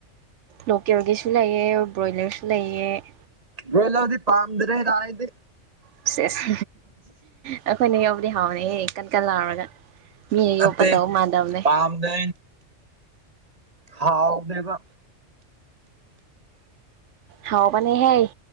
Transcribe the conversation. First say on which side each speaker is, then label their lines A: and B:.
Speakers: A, on the right; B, on the right.
A: ꯂꯣꯀꯦꯜꯒꯤꯁꯨ ꯂꯩꯑꯦ ꯕ꯭ꯔꯣꯏꯂꯔꯁꯨ ꯂꯩꯑꯦ ꯫
B: ꯕ꯭ꯔꯣꯏꯂꯔꯗꯤ ꯄꯥꯝꯗ꯭ꯔꯦꯗ ꯑꯩꯗꯤ꯫
A: ꯁꯦꯖ ꯑꯩꯈꯣꯏꯅ ꯌꯧꯕꯗꯤ ꯍꯥꯎꯅꯤꯍꯦ ꯀꯟ - ꯀꯟ ꯂꯥꯎꯔꯒ꯫ ꯃꯤꯅ
B: ꯅꯠꯇꯦ
A: ꯌꯣꯛꯄ ꯇꯧ ꯃꯥꯟꯗꯕꯅꯦ
B: ꯄꯥꯝꯗꯦ꯫ ꯊꯥꯎꯅꯦꯕ
A: ꯍꯥꯎꯕꯅꯤꯍꯦ